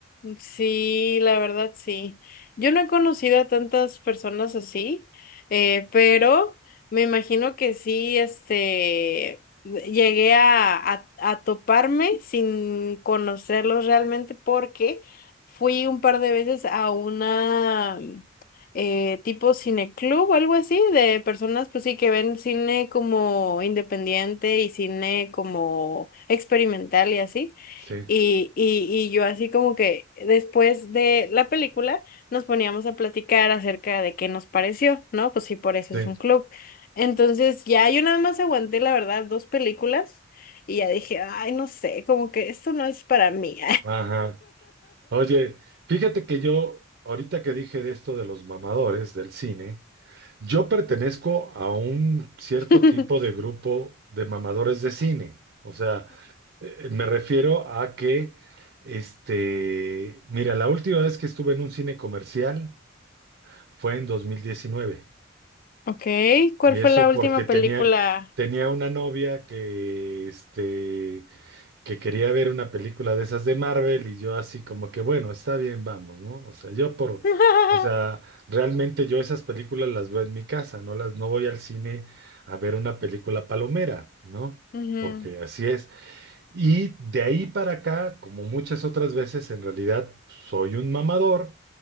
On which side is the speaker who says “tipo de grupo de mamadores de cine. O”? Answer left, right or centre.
Right